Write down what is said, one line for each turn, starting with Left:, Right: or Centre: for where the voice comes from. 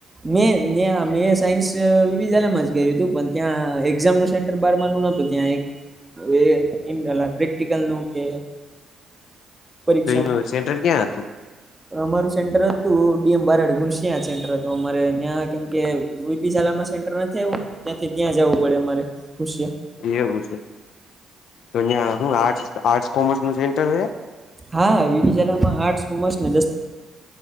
Right: મેં ત્યા મેં સાયન્સ <unintelligible> જ કર્યું હતું પણ ત્યાં એક્ઝામ ન સેન્ટર બારનું ત્યાં એ પ્રેક્ટલનું કે પરીક્ષા
Left: તો એનું સેન્ટર ક્યાં હતું.
Right: અમારું સેન્ટર હતું ડી એમ બારાડ ઘોસ સેન્ટર હતું. અમારે ત્યાં કેમ કે બીજી શાલામાં સેન્ટર નથી આવું ત્યાંથી ત્યાં જવું પડે અમારે ખુશીએ.
Left: એવું છે તો અહીં હું આર્ટ આર્ટસ કોમર્સનું સેન્ટર છે.
Right: હા, વીડીજલામાં આર્ટસ કોમર્સ ને દસ